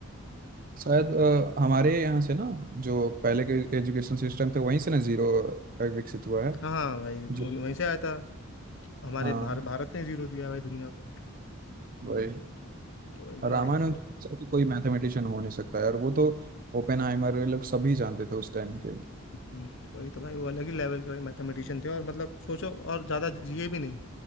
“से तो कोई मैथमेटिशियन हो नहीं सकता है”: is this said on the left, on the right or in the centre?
Right